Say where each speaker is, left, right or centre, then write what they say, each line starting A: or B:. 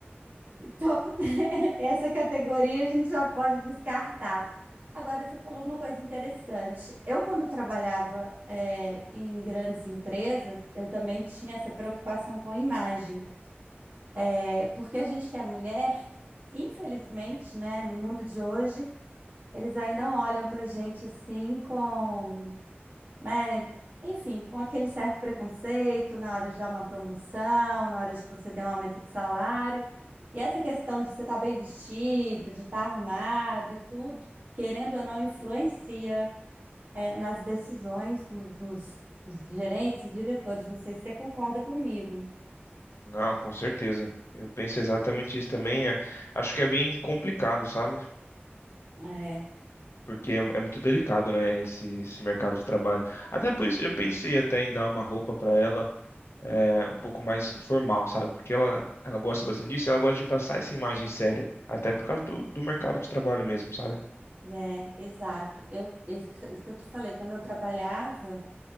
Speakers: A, on the right; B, on the left.
A: Então, <laughs> essa categoria a gente já pode descartar. Agora, você falou uma coisa interessante. Eu, quando trabalhava, eh, em grandes empresas, eu também tinha essa preocupação com a imagem. É, porque a gente que é mulher, infelizmente, né, no mundo de hoje, eles ainda olham para a gente assim com né? Enfim, com aquele certo preconceito na hora de dar uma promoção, na hora de conceder um aumento de salário. E essa questão de você estar bem vestido, de estar arrumado e tudo, querendo ou não, influencia, eh, nas decisões do- dos, dos gerentes e diretores. Não sei se você concorda comigo.
B: Não, com certeza. Eu penso exatamente isso também. É- acho que é bem complicado, sabe?
A: É,
B: Porque é, é muito delicado, né? Esse, esse mercado de trabalho. Até por isso, eu pensei até em dar uma roupa pra ela é, um pouco mais formal, sabe? Porque ela, ela gosta bastante disso e ela gosta de passar essa imagem séria. Até por causa do, do mercado de trabalho mesmo, sabe?
A: é, exato. Eu, isso que isso que eu te falei, quando eu trabalhava,